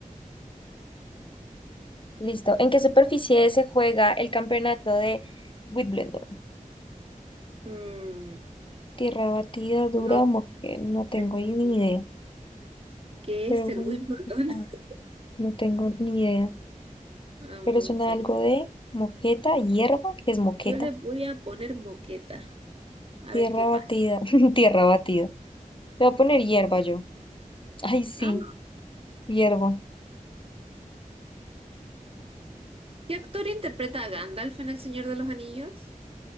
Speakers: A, on the left; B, on the right.
A: Listo. ¿En qué superficie se juega el campeonato de Wimbledon?
B: mm,
A: Tierra batida, Duramos,
B: no
A: que no tengo
B: tengo
A: ahí ni
B: ni-
A: idea,
B: ¿Qué
A: pero
B: es el
A: mm,
B: Wimbledon?
A: ah,
B: <laughs>
A: no tengo ni idea.
B: Vamos
A: Pero suena
B: ahí.
A: algo de moqueta, hierba, que es moqueta.
B: Yo le voy a poner moqueta, a
A: Tierra
B: ver qué pasa.
A: batida, <laughs> tierra batida. Te voy a poner hierba yo. Ay, sí,
B: Ah,
A: hierba.
B: ¿qué actor interpreta a Gandalf en El Señor de los Anillos?